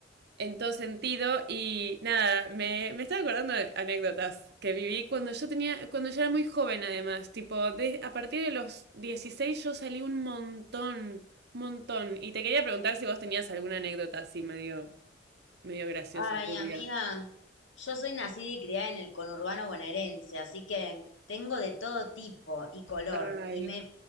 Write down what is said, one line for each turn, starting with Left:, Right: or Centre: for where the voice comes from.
Right: en todo sentido y nada, me, me estaba acordando de anécdotas que viví cuando yo tenía, cuando yo era muy joven además, tipo, de- a partir de los 16 yo salí un montón, un montón y te quería preguntar si vos tenías alguna anécdota así medio, medio graciosa,
Left: Ay,
Right: turbia.
Left: amiga, yo soy nacida y criada en el conurbano bonaerense, así que tengo de todo tipo y color,
Right: Ay,
Left: y me